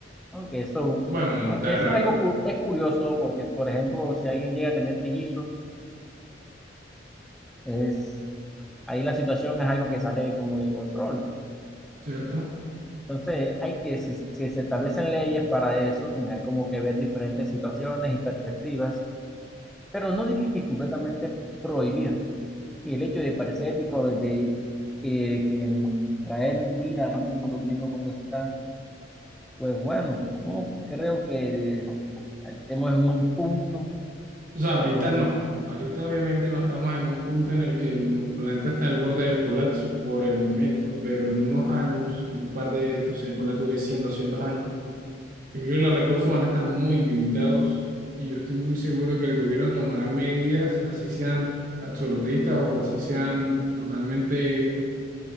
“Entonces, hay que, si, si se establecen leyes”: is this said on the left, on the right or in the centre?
Centre